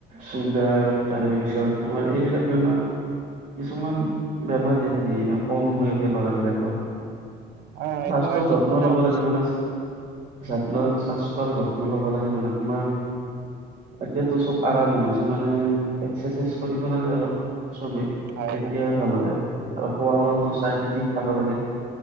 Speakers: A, on the right; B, on the right.
A: চুগাৰ
B: হয়
A: তাৰে পিছত তোমাৰ এইবিলাক বেমাৰ কিছুমান বেমাৰ দেখা দিয়ে এনেও কম বয়সিয়াল ল'ৰাবিলাকৰ
B: হয়
A: স্বাস্থৰ
B: একেবাৰে
A: যত্ন
B: ঠিক কথা
A: ল'ব
B: কৈছা
A: লাগে মানে যত্নত স্বাস্থ্যৰ যত্ন ল'ব লাগে মানে তোমাৰ এতিয়াতো চব আৰাম হৈ গৈছে মানে এক্সাৰচাইজ কৰিব লাগে অলপ চবেই
B: হয়
A: তেতিয়াই
B: হয়
A: ভাল হয় আৰু খোৱা লোৱাটো চাই কি কি খাব লাগে